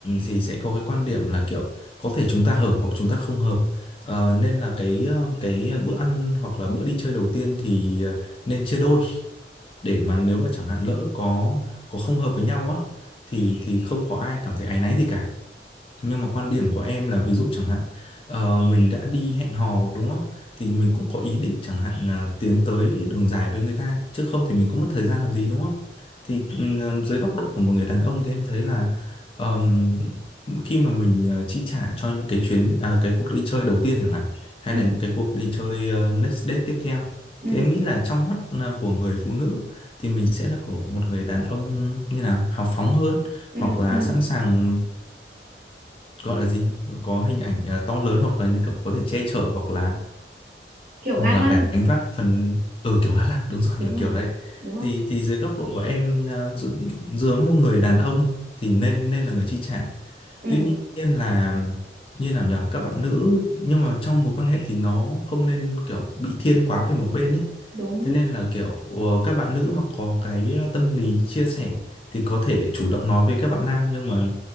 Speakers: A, on the left (about 30°); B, on the right (about 50°).
A: thì sẽ có cái quan điểm là kiểu có thể chúng ta hợp hoặc chúng ta không hợp Ờ, nên là cái ờ, cái bữa ăn hoặc là bữa đi chơi đầu tiên thì ờ, nên chia đôi để mà nếu mà chẳng hạn lỡ có có không hợp với nhau á thì thì không có ai cảm thấy áy náy gì cả nhưng mà quan điểm của em là ví dụ chẳng hạn ờ, mình đã đi hẹn hò đúng không thì mình cũng có ý định chẳng hạn là tiến tới đường dài với người ta chứ không thì mình cũng mất thời gian làm gì đúng không thì ừm, dưới góc độ của một người đàn ông thì em thấy là ờm, khi mà mình ờ, chi trả cho những cái chuyến à, cái cuộc đi chơi đầu tiên chẳng hạn hay
B: Ừ.
A: là những cái cuộc đi chơi ờ, next date tiếp theo
B: ừ
A: thì em nghĩ là trong mắt ờ, của người phụ nữ thì mình sẽ là của một người đàn ông như nào hào phóng hơn
B: ừ
A: hoặc là
B: ừ
A: sẵn sàng gọi là gì có hình ảnh à, to lớn hoặc là như kiểu có thể che chở hoặc là
B: kiểu
A: hoặc
B: ga
A: là
B: lăng
A: gánh vác phần ở ừ, kiểu Á Lạc đúng rồi
B: đúng
A: kiểu
B: rồi
A: kiểu đấy
B: đúng không
A: thì thì dưới góc độ của em à, giữa, giữa một người đàn ông thì nên nên là người chi trả
B: ừ
A: tuy nhiên là như nào nhở các bạn nữ nhưng mà trong mối quan hệ thì nó không nên kiểu bị thiên quá về một bên ấy
B: đúng
A: thế nên là kiểu ờ, các bạn nữ mà có cái ờ, tâm lý chia sẻ thì có thể chủ động nói với các bạn nam nhưng mà